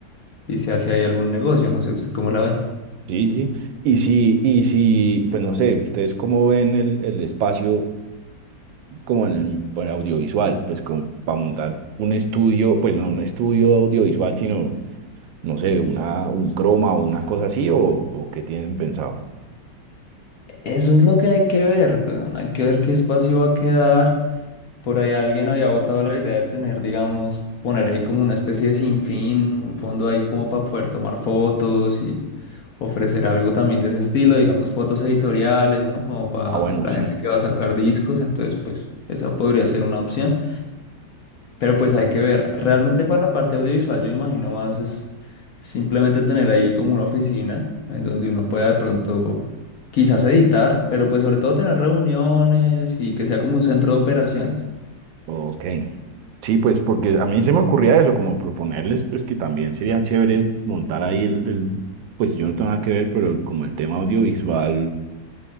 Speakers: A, on the left; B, on the right.
A: y se hace ahí algún negocio. No sé usted cómo la ve.
B: Sí, sí. Y si, y si, pues no sé, ustedes cómo ven el, el espacio como en el en audiovisual, pues como para montar un estudio, pues no un estudio audiovisual, sino, no sé, una, un croma o una cosa así, o, o qué tienen pensado.
A: Eso es lo que hay que ver, weón. Hay que ver qué espacio va a quedar. Por ahí alguien había botado la idea de tener, digamos, poner ahí como una especie de sinfín, un fondo ahí como para poder tomar fotos y ofrecer algo también de ese estilo, digamos, fotos editoriales, ¿no? Como para
B: Ah, bueno,
A: la
B: sí.
A: gente que va a sacar discos, entonces pues esa podría ser una opción, pero pues hay que ver. Realmente para la parte audiovisual yo me imagino más es simplemente tener ahí como una oficina en donde uno pueda de pronto quizás editar, pero pues sobre todo tener reuniones y que sea como un centro de operaciones.
B: Ok. Sí, pues porque a mí se me ocurría eso, como proponerles, pues que también sería chévere montar ahí el, el- pues yo no tengo nada que ver, pero como el tema audiovisual